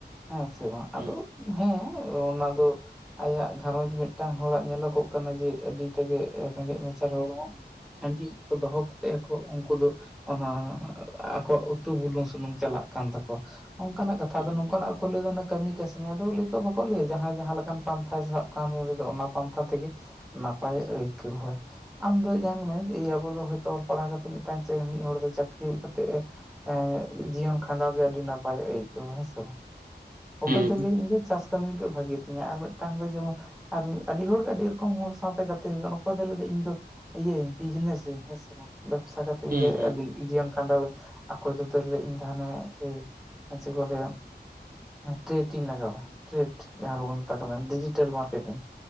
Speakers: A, in the centre; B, on the right (about 55°).
A: ᱦᱮᱸ ᱥᱮ ᱵᱟᱝ
B: ᱦᱩᱸ
A: ᱟᱫᱚ ᱦᱮᱸ ᱚᱱᱟ ᱫᱚ ᱟᱭᱟᱜ ᱜᱷᱟᱨᱚᱸᱡᱽ ᱢᱤᱫ- ᱴᱟᱝ ᱦᱚᱲᱟᱜ ᱧᱮᱞᱚᱜ-ᱚᱜ ᱠᱟᱱᱟ ᱡᱮ ᱟᱹᱰᱤᱴᱟ ᱜᱮ ᱨᱮᱸᱜᱮᱡ ᱱᱟᱪᱟᱨ ᱦᱚᱲ ᱦᱚᱸ᱾ ᱦᱟᱺᱰᱤ ᱠᱚ ᱫᱚᱦᱚ ᱠᱟᱛᱮᱜ ᱟᱠᱚ ᱩᱱᱠᱩ ᱫᱚ ᱚᱱᱟ ᱟᱠᱚᱣ ᱟᱜ ᱩᱛᱩ, ᱵᱩᱞᱩᱝ, ᱥᱩᱱᱩᱢ ᱪᱟᱞᱟᱜ ᱠᱟᱱ ᱛᱟᱠᱚ᱾ ᱚᱝᱠᱟ ᱱᱟᱜ ᱠᱟᱛᱷᱟ
B: ᱦᱩᱸ
A: ᱟᱫᱚ ᱱᱚᱝᱠᱟ ᱱᱟᱜ ᱨᱮᱠᱚ ᱞᱟᱹᱭ ᱮᱫᱟ ᱚᱱᱟ ᱠᱟᱹᱢᱤ-ᱠᱟᱹᱥᱱᱤ ᱟᱫᱚ ᱞᱟᱹᱭ ᱠᱚ ᱵᱟᱠᱚ ᱞᱟᱹᱭᱟ ᱡᱟᱦᱟᱸᱭ ᱡᱟᱦᱟᱸ ᱞᱮᱠᱟᱱ ᱯᱟᱱᱛᱷᱟᱭ ᱥᱟᱵ ᱠᱟᱱ <unintelligible> ᱛᱚ ᱚᱱᱟ ᱯᱟᱱᱛᱷᱟ ᱛᱮᱜᱮ ᱱᱟᱯᱟᱭ ᱮ ᱟᱹᱭᱠᱟᱹᱣ-ᱟ᱾ ᱟᱢ ᱫᱚ ᱧᱟᱞ ᱢᱮ ᱡᱮ ᱟᱵᱚ ᱫᱚ ᱦᱳᱭ ᱛᱚ ᱚᱞ ᱯᱟᱲᱦᱟᱣ ᱠᱟᱛᱮ ᱢᱤᱫᱴᱟᱝ ᱪᱟᱲ ᱢᱤᱫ ᱦᱚᱲ ᱫᱚ ᱪᱟᱹᱠᱨᱤ ᱠᱟᱛᱮᱜ ᱮ ᱮ ᱡᱤᱭᱚᱱ ᱠᱷᱟᱸᱰᱟᱣ ᱜᱮ ᱟᱹᱰᱤ ᱱᱟᱯᱟᱭᱮ ᱟᱹᱭᱠᱟᱹᱣᱟ ᱦᱮᱸᱥᱮ ᱵᱟ? ᱚᱠᱚᱭ
B: ᱦᱩᱸ
A: ᱫᱚ ᱞᱟᱹᱭᱟ ᱤᱧ ᱫᱚ ᱪᱟᱥ ᱠᱟᱹᱢᱤᱜᱮ ᱵᱷᱟᱜᱮ ᱛᱤᱧᱟᱹ ᱟᱨ ᱢᱤᱫᱴᱟᱝ ᱫᱚ ᱡᱮᱢᱚᱱ ᱟᱨ ᱟᱹᱰᱤ ᱦᱚᱲᱜᱮ ᱟᱹᱰᱤ ᱨᱚᱠᱚᱢ ᱦᱚᱲ ᱥᱟᱶᱛᱮ ᱜᱟᱛᱮᱭ ᱠᱟᱱᱟ ᱚᱠᱚᱭ ᱫᱚᱭ ᱞᱟᱹᱭ ᱫᱟ ᱤᱧ ᱫᱚ ᱤᱭᱟᱹᱧ ᱵᱤᱡᱽᱱᱮᱥᱤᱧ ᱦᱮᱸ ᱥᱮ ᱵᱟᱝ, ᱵᱮᱵᱽᱥᱟ ᱠᱟᱛᱮ ᱤᱧ
B: ᱦᱩᱸ
A: ᱡᱮ
B: ᱦᱩᱸ
A: ᱟᱹᱰᱤ ᱡᱤᱭᱚᱱ ᱠᱷᱟᱸᱰᱟᱣ ᱟᱹᱧ। ᱚᱠᱚᱭ ᱫᱚ ᱛᱟᱦᱚᱞᱮ ᱤᱧᱫᱚ ᱦᱟᱱᱮ ᱦᱮᱸ ᱪᱮᱫ ᱠᱚ ᱞᱟᱹᱭᱟ ᱴᱨᱮᱴ ᱤᱧ ᱞᱟᱜᱟᱣᱟ ᱴᱨᱮᱴ ᱡᱟᱦᱟᱸ ᱠᱚᱵᱚᱱ ᱢᱮᱛᱟᱜ ᱠᱟᱱᱟ ᱰᱤᱡᱤᱴᱮᱞ ᱢᱟᱨᱠᱮᱴᱤᱝ ᱾